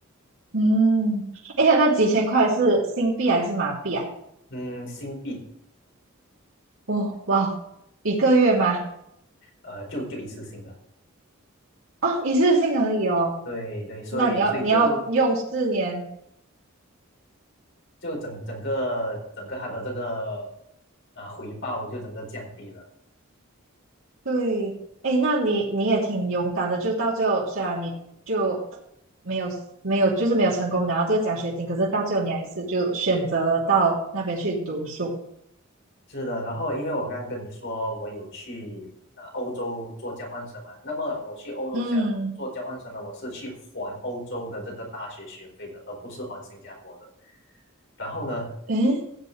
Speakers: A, on the right; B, on the left.
A: 嗯，哎呀，那几千块是新币还是马币啊？
B: 嗯，新币，
A: 哦，哇哦，一个月吗？
B: 呃，就就一次性的。
A: 哦，一次性而已哦。
B: 对对，所以所以就
A: 那你要你要用四年
B: 就整整个整个它的这个啊、回报就整个降低了。
A: 对，哎，那你你也挺勇敢的，就到最后，虽然你就没有没有，就是没有成功拿到这个奖学金，可是到最后你还是就选择了到那边去读书。
B: 是的，然后因为我刚刚跟你说我有去呃欧洲做交换生嘛，那么我去欧洲交做交换生呢，
A: 嗯，
B: 我是去还欧洲的这个大学学费的，而不是还新加坡的。然后呢，
A: 诶，